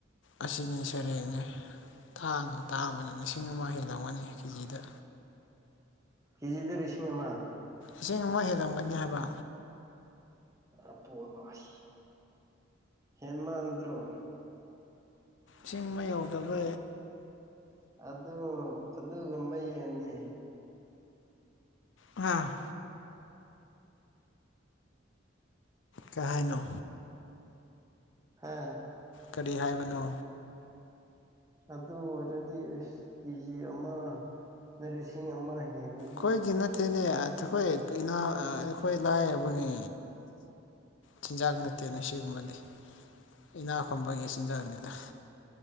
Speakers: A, on the left; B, on the right.
A: ꯑꯁꯤꯅꯤ ꯁꯔꯦꯡꯅꯤ ꯊꯥꯡ ꯇꯥ ꯑꯃꯅ ꯂꯤꯁꯤꯡ ꯑꯃ ꯍꯦꯜ ꯂꯧꯒꯅꯤ ꯀꯦꯖꯤꯗ
B: ꯍꯤꯖꯤꯗꯔꯤꯁꯤꯉꯃ
A: ꯏꯁꯤꯡ ꯑꯃ ꯍꯦꯜꯂꯝꯝꯒꯅꯤ ꯍꯥꯏꯕ
B: ꯑꯄꯣꯋꯥꯁꯤ ꯍꯦꯟꯃꯥꯟꯗ꯭ꯔꯣ
A: ꯆꯤꯡꯕ ꯌꯧꯗꯕ
B: ꯑꯗꯨ ꯑꯗꯨꯒꯨꯝꯕ ꯌꯦꯟꯗꯤ
A: ꯑꯝ ꯀꯥꯏꯅꯣ
B: ꯍꯥꯥ
A: ꯀꯔꯤ ꯍꯥꯏꯕꯅꯣ
B: ꯑꯗꯨ ꯑꯣꯏꯔꯗꯤ ꯑꯦꯁ ꯀꯦꯖꯤ ꯑꯃꯅ ꯂꯤꯁꯤꯡ ꯑꯃ ꯍꯦꯜꯂꯗꯤ
A: ꯀꯣꯏ ꯀꯤꯟꯅꯠꯇꯅꯤ ꯑꯩꯈꯣꯏ ꯑꯩꯈꯣꯏ ꯂꯥꯏꯔꯕꯒꯤ ꯆꯤꯟꯖꯥꯛ ꯅꯠꯇꯦꯅ ꯁꯤꯒꯨꯝꯕꯗꯤ ꯏꯅꯥ ꯈꯨꯕꯒꯤ ꯆꯤꯟꯖꯥꯛꯅꯤꯗ